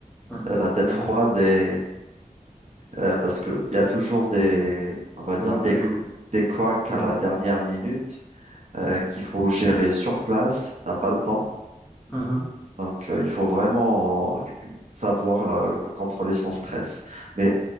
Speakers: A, in the centre; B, on the right.
A: Mhm.
B: euh, la tête
A: Ouais,
B: froide et, euh, parce qu'il y a toujours des, on va
A: des
B: dire,
A: imprévus.
B: des, cou- des couacs
A: Mhm.
B: à la dernière minute euh, qu'il faut gérer sur place. T'as pas le temps.
A: Mhm.
B: Donc, euh, il faut vraiment g- savoir euh, contrôler son stress. Mais